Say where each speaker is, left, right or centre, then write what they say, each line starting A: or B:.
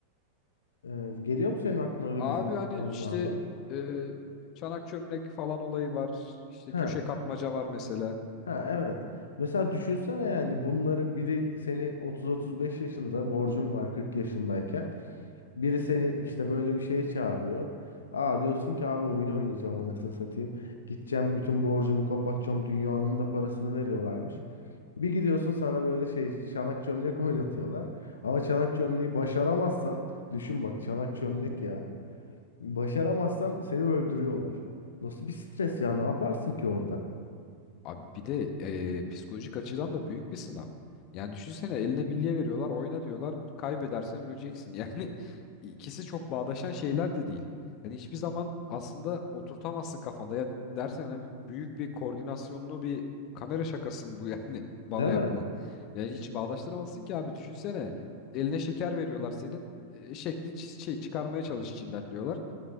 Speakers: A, on the left; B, on the left.
A: Eee, geliyor mu senin aklına öyle
B: Abi
A: bizim
B: hani
A: oyunlardan?
B: işte e, çanak çömlek falan olayı var. İşte
A: Ha,
B: köşe kapmaca var mesela.
A: ha evet. Mesela düşünsene yani bunları biri seni 30-35 yaşında borcun var 40 yaşındayken. Biri seni işte böyle bir şeye çağırıyor. Aa diyorsun ki abi oyun oynayacağım anasını satayım. Gideceğim bütün borcumu kapatacağım. Dünyanın da parasını veriyorlarmış. Bir gidiyorsun sana böyle şey çanak çömlek oynatıyorlar. Ama çanak çömleği başaramazsan düşün bak çanak çömlek ya. Başaramazsan seni öldürüyorlar. Nasıl bir stres ya ne yaparsın ki orada?
B: Abi bir de eee, psikolojik açıdan da büyük bir sınav. Yani düşünsene eline bilye veriyorlar, oyna diyorlar. Kaybedersen öleceksin. <laughs> Yani ikisi çok bağdaşan şeyler de değil. Hani hiçbir zaman aslında oturtamazsın kafanda. Ya dersen hani bir- büyük bir koordinasyonlu bir kamera şakası mı bu yani <laughs> bana
A: Değil mi?
B: yapılan. Yani hiç bağdaştıramazsın ki abi düşünsene. Eline şeker veriyorlar senin. E, şekli çi- şey çıkarmaya çalış içinden diyorlar.